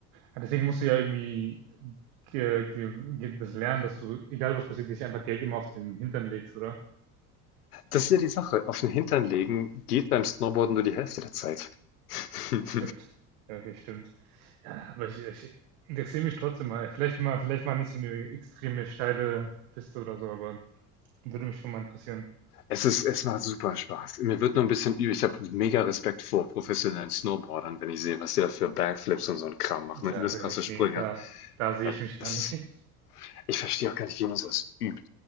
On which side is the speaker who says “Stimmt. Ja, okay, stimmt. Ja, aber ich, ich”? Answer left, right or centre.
Right